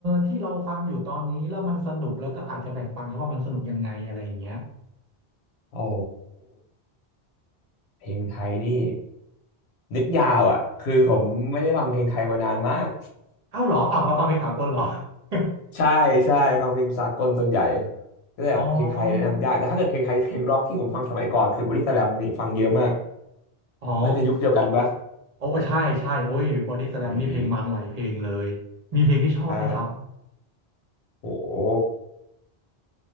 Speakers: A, on the right (about 45°); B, on the left (about 75°).
A: ที่เราฟังอยู่ตอนนี้แล้วมันสนุกแล้วก็อาจจะแบ่งปันเขาว่ามันสนุกยังไงอะไรอย่างเงี้ย
B: โอ้เพลงไทยนี่นึกยาวอ่ะคือผมไม่ได้ฟังเพลงไทยมานานมาก
A: เอ้าเหรอเอ้าเราฟังเพลงสากลเหรอ <laughs>
B: ใช่ใช่ฟังเพลงสากลส่วนใหญ่ก็แบบเพลงไทยแนะนำยากแต่ถ้าเกิดเพลงไทยเพลงร็อกที่ผมฟังสมัยก่อนคือบอดี้สแลมฟังเยอะมาก
A: อ๋ออ๋อ
B: น่าจะยุคเดียวกันปะ
A: โอ้ใช่ใช่โอ้ยบอดี้สแลมนี่เพลงมันหลายเพลงเลย
B: อืม
A: มีเพลงที่ชอบไหมครับ
B: ใช่โอ้โห